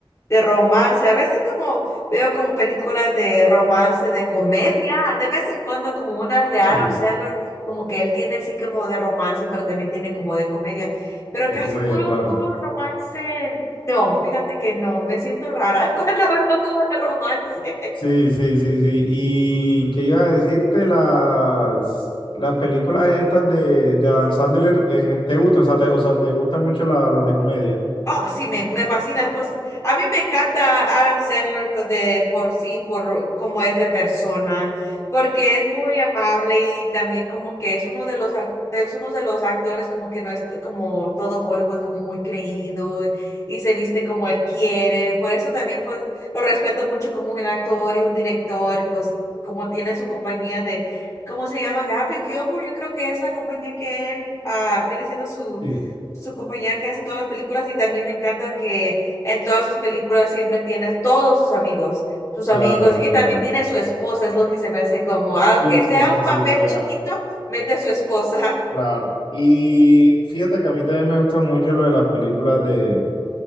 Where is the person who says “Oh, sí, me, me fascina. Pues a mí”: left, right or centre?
Left